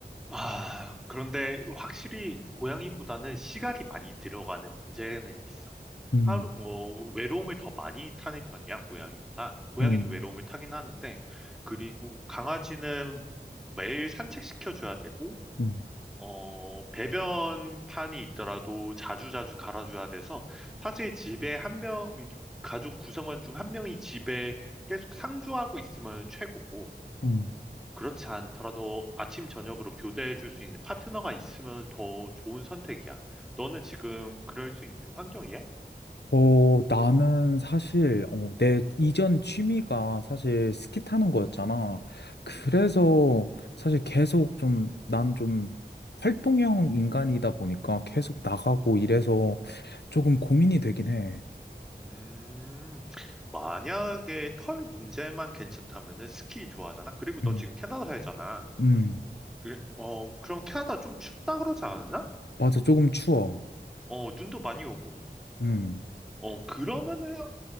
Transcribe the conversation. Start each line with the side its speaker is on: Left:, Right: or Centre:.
Centre: 아, 그런데 확실히 고양이보다는 시간이 많이 들어가는 문제는 있어.
Left: 음,
Centre: 하루, 어, 외로움을 더 많이 타는 편이야, 고양이보다. 고양이도
Left: 음,
Centre: 외로움을 타긴 하는데, 그리고 강아지는 매일 산책시켜줘야 되고,
Left: 음,
Centre: 어, 배변판이 있더라도 자주자주 갈아줘야 돼서, 사실 집에 한 명, 가족 구성원 중 한 명이 집에 계속 상주하고 있으면 최고고,
Left: 음.
Centre: 그렇지 않더라도 아침 저녁으로 교대해 줄 수 있는 파트너가 있으면 더 좋은 선택이야. 너는 지금 그럴 수 있는 환경이야?
Left: 어, 나는 사실, 어, 내 이전 취미가 사실 스키 타는 거였잖아. 그래서
Centre: 음.
Left: 사실 계속 좀, 난 좀 활동형 인간이다 보니까 계속 나가고 이래서 조금 고민이 되긴 해.
Centre: 음. 만약에 털 문제만 괜찮다면은 스키 좋아하잖아. 그리고 너
Left: 음,
Centre: 지금 캐나다 살잖아.
Left: 음,
Centre: 그래, 어, 그럼 캐나다 좀 춥다 그러지 않았나?
Left: 맞아. 조금 추워.
Centre: 어, 눈도 많이 오고.
Left: 음.
Centre: 어, 그러면은